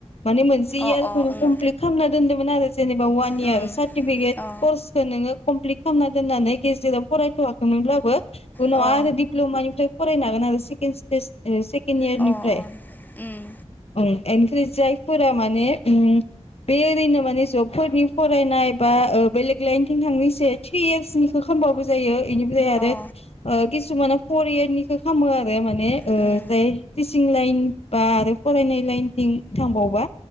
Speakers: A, on the left; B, on the left.
A: माने मोनसे इयारखौनो
B: अ अ ओं
A: कमप्लिट खालामना दोन्दोंमोन आरो जेनेबा वान
B: उम
A: इयार सार्टिफिकेट
B: अ
A: कर्सखौ नोङो कमप्लिट खालामना दोननानै गेजेराव फरायथवाखैमोनब्लाबो उनाव
B: अ
A: आरो दिप्ल'मानिफ्राय फरायनो हागोन आरो सेकेण इस्तेस ओ सेकेण सेकेन इयारनिफ्राय
B: अ उम
A: ओं। बिनिफ्राय जायफोरा माने उम बे ओरैनो माने जबफोरनि फरायनाय बा बेलेग लाइनथिं थांनो इसा थ्रि इयार्सनिखौ खालामबाबो जायो। बेनिफ्राय आरो
B: अ
A: ओ खिसुमान फर इयारनिखौ खालामामो आरो माने बे ओ
B: उम
A: जाय टिसिं लाइन बा आरो फरायनाय लायेनथिं थांबावबा।